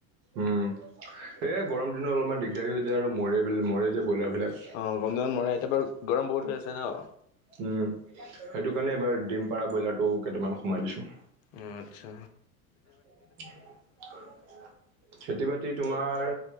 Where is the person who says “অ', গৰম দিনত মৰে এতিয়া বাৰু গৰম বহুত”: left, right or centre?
Left